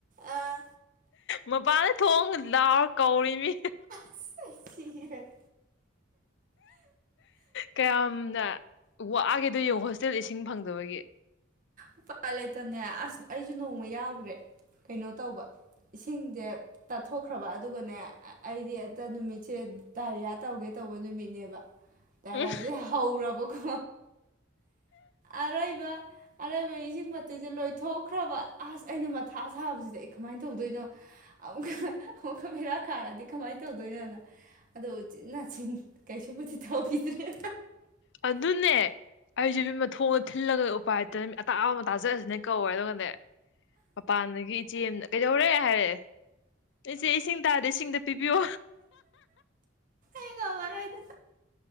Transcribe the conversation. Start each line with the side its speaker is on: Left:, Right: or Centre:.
Right: ꯑꯥ
Left: ꯃꯄꯥꯟꯗ ꯊꯣꯡ ꯂꯥꯎꯔ ꯀꯧꯔꯦ ꯃꯤ
Right: ꯑꯩ ꯁꯤꯔꯦ
Left: ꯀꯌꯥꯝꯅ ꯋꯥꯛꯒꯦꯗꯣ ꯌꯦꯡꯉꯣ ꯍꯣꯁꯇꯦꯜ ꯏꯁꯤꯡ ꯐꯪꯗꯕꯒꯤ
Right: ꯎꯄꯥꯏ ꯂꯩꯇꯕꯅꯦ ꯑꯁ ꯑꯩꯁꯨ ꯅꯣꯡꯃ ꯌꯥꯎꯈ꯭ꯔꯦ ꯀꯩꯅꯣ ꯇꯧꯕ ꯏꯁꯤꯡꯁꯦ ꯇꯠꯊꯣꯛꯈ꯭ꯔꯕ ꯑꯗꯨꯒꯅꯦ ꯑꯩꯗꯤ ꯍꯦꯛꯇ ꯅꯨꯃꯤꯠꯁꯦ ꯗꯥꯏꯔꯤꯌꯥ ꯇꯧꯒꯦ ꯇꯧꯕ ꯅꯨꯃꯤꯠꯅꯦꯕ <inaudible> ꯗꯥꯏꯔꯤꯌꯥꯁꯦ
Left: ꯎꯝ
Right: ꯍꯧꯔꯕꯀꯣ ꯑꯔꯩꯕ ꯑꯔꯩꯕ ꯑꯩ ꯏꯁꯤꯡ ꯕꯥꯇꯤꯟꯁꯦ ꯂꯣꯏꯊꯣꯛꯈ꯭ꯔꯕ ꯑꯁ ꯑꯩꯅ ꯃꯊꯥ ꯁꯥꯕꯁꯤꯗꯤ ꯑꯩ ꯀꯃꯥꯏꯅ ꯇꯧꯗꯣꯏꯅꯣ ꯑꯃꯨꯛ ꯑꯃꯨꯛꯀ ꯚꯦꯔꯥ ꯀꯥꯔꯗꯤ ꯀꯃꯥꯏꯅ ꯇꯧꯗꯣꯏꯅꯣꯅ ꯑꯗꯣ ꯎꯆꯤꯟ ꯅꯥꯆꯤꯟ ꯀꯩꯁꯨꯕꯨꯗꯤ ꯊꯧꯈꯤꯗ꯭ꯔꯦ
Left: ꯑꯗꯨꯅꯦ ꯑꯩꯁꯦ ꯏꯕꯦꯝꯃ ꯊꯣꯡ ꯊꯤꯜꯂꯒ ꯎꯄꯥꯏꯇꯅ ꯃꯤ ꯑꯇꯥꯕ ꯑꯃ ꯇꯥꯖꯔꯁꯅꯦ ꯀꯧꯋꯦ ꯑꯗꯨꯒꯅꯦ ꯃꯄꯥꯟꯗꯒꯤ ꯏꯆꯦ ꯑꯃꯅ ꯀꯩꯗꯧꯔꯦ ꯍꯥꯏꯔꯦ ꯑꯩꯆꯦ ꯏꯁꯤꯡ ꯇꯥꯗꯦ ꯏꯁꯤꯡ ꯑꯜꯇ ꯄꯤꯕꯤꯌꯣ
Right: ꯑꯩ ꯉꯝꯃꯔꯣꯏꯗ